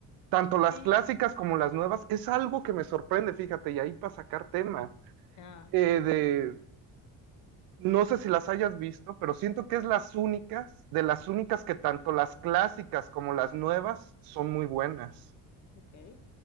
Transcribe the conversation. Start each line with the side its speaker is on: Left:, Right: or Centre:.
Right: tanto las
Left: Sí.
Right: clásicas como las nuevas, es algo que me sorprende, fíjate, y ahí para sacar tema,
Left: Ah,
Right: eh, de, no sé si las hayas visto, pero siento que es las únicas, de las únicas que tanto las clásicas como las nuevas son muy buenas.
Left: ok.